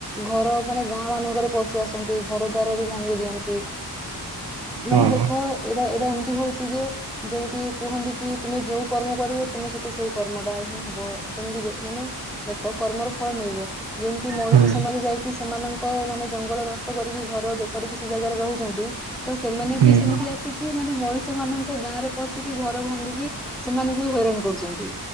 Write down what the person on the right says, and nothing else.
ହଁ।
ହୁଁ
ହୁଁ